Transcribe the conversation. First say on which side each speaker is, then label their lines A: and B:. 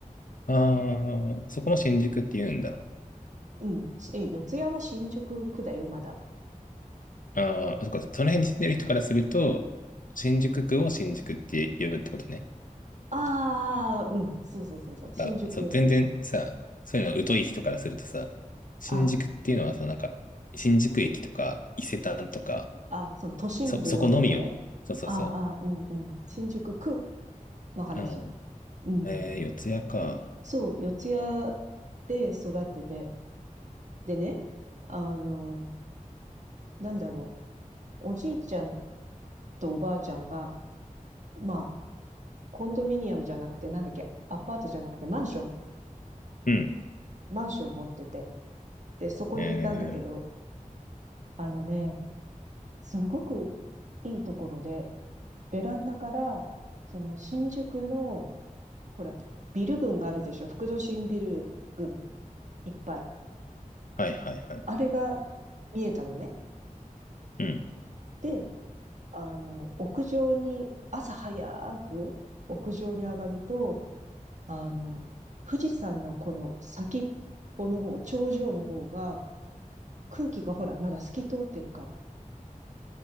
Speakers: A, on the left; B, on the right.
A: あー、そこも新宿って言うんだ。
B: うん。え、四ツ谷は新宿区だよ、まだ。
A: あー、そっか、その辺に住んでる人からすると、新宿区を新宿って呼ぶってことね。
B: ああ、うん。そうそうそうそう。新宿、
A: あ、そう、全然さ、
B: うん
A: そういうの疎い人からするとさ、新宿っていうのはさ、
B: あ
A: なんか、新宿駅とか、伊勢丹とか、
B: あ、その都心部のことね。
A: そ、そこのみを。そうそうそ
B: ああ、うんうん。新宿区の話。
A: う。うん。
B: うん。
A: えー、四谷か。
B: そう、四谷で育ってて。でね、あの、なんだろう。おじいちゃんとおばあちゃんが、まあ、コンドミニアムじゃなくて、なんだっけ、アパートじゃなくて、マンション、
A: うん。
B: マンション持ってて。で、そこにいたんだけど、
A: えー
B: あのね、すごくいいところで、ベランダから、その新宿の、ほら、ビル群があるでしょ。副都心ビル群いっぱい。
A: はいはいはい。
B: あれが見えたのね。
A: うん、
B: で、あの、屋上に、朝早く屋上に上がると、あの、富士山のこの先っぽの方、頂上の方が、空気がほら、まだ透き通ってるから